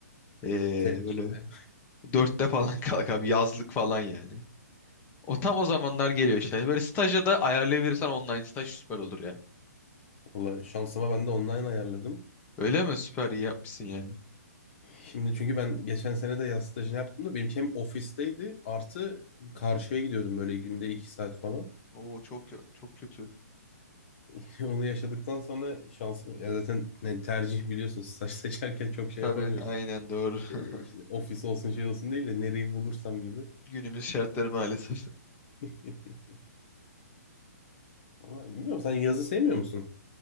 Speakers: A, on the left (about 20°); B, on the left (about 45°).
A: ee,
B: Ter işte.
A: böyle dörtte falan <laughs> kalk abi yazlık falan yani. O tam o zamanlar geliyor işte. Böyle staja da ayarlayabilirsen online staj süper olur ya.
B: Valla şansıma ben de online ayarladım.
A: Öyle mi? Süper iyi yapmışsın ya.
B: Şimdi çünkü ben geçen sene de yaz stajını yaptım da benim hem ofisteydi artı karşıya gidiyordum böyle günde iki saat falan.
A: Oo çok kö- çok kötü.
B: <laughs> Onu yaşadıktan sonra şansım ya zaten ne tercih biliyorsun staj seçerken çok şey
A: Tabii
B: yapamıyorsun.
A: aynen doğru.
B: Ee,
A: <laughs>
B: işte ofis olsun şey olsun değil de nereyi bulursam gibi.
A: Günümüz şartları maalesef.
B: <laughs> Vallahi bilmiyorum sen yazı sevmiyor musun?